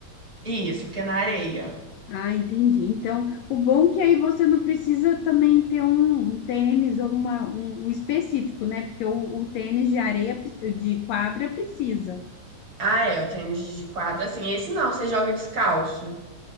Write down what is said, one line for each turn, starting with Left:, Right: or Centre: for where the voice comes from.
Right: Isso, porque é na areia.
Left: Ah, entendi. Então, o bom é que aí você não precisa também ter um, um tênis ou uma, um, um específico, né? Porque o, o tênis de areia, pre- de quadra precisa.
Right: Ah, é, o tênis de quadra, assim. Esse não, você joga descalço.